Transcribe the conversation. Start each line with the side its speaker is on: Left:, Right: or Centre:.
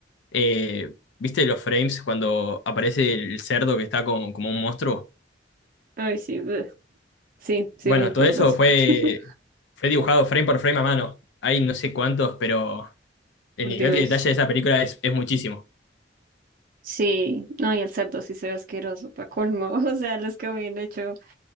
Left: eh, ¿viste los frames cuando aparece el cerdo que está con- como un monstruo?
Right: Ay, sí, ugh. Sí, sí
Left: Bueno,
Right: me acuerdo.
Left: todo eso
Right: eso.
Left: fue,
Right: <laughs>
Left: fue dibujado frame por frame a mano. Hay no sé cuántos, pero el
Right: Por
Left: nivel
Right: Dios.
Left: de detalle de esa película es, es muchísimo.
Right: Sí, no, y el cerdo sí se ve asqueroso, pa' colmo. <laughs> O sea, los que habían hecho